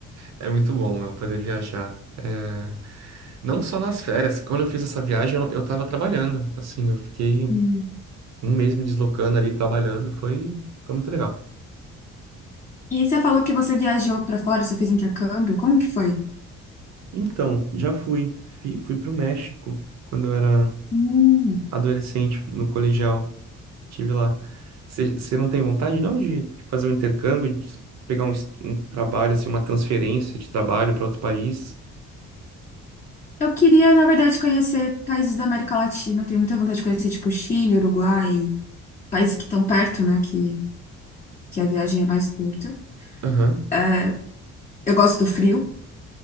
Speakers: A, on the right; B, on the left.
A: É muito bom, meu, poder viajar. É, Não só nas férias. Quando eu fiz essa viagem, eu, eu tava trabalhando. Assim, eu fiquei
B: Hum.
A: um mês me deslocando ali, trabalhando. Foi, foi muito legal.
B: E você falou que você viajou pra fora, você fez intercâmbio, como que foi?
A: Então, já fui. Fui, fui pro México quando eu era
B: Hum.
A: adolescente, no colegial. Tive lá. Você não tem vontade, não, de, de fazer um intercâmbio, de pegar um, es- um trabalho, assim, uma transferência de trabalho para outro país?
B: Eu queria, na verdade, conhecer países da América Latina. Eu tenho muita vontade de conhecer, tipo, Chile, Uruguai, países que estão perto, né? Que, que a viagem é mais curta.
A: Aham.
B: É, Eu gosto do frio,